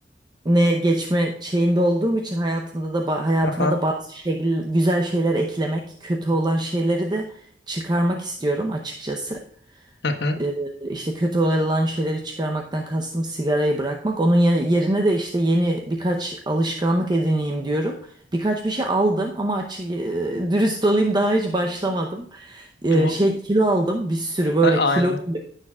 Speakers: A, on the right; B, on the left.
A: ne geçme şeyinde olduğum için hayatımda da ba- hayatıma
B: Aha.
A: da bazı şekil, güzel şeyler eklemek, kötü olan şeyleri de çıkarmak istiyorum açıkçası.
B: Hı hı.
A: e, işte kötü olan şeyleri çıkarmaktan kastım sigarayı bırakmak. Onun ye- yerine de işte yeni birkaç alışkanlık edineyim diyorum. Birkaç bir şey aldım ama açık e, dürüst olayım daha hiç başlamadım. E,
B: Bu
A: şey kilo aldım bir sürü böyle
B: ha, aynı.
A: kilo kilo.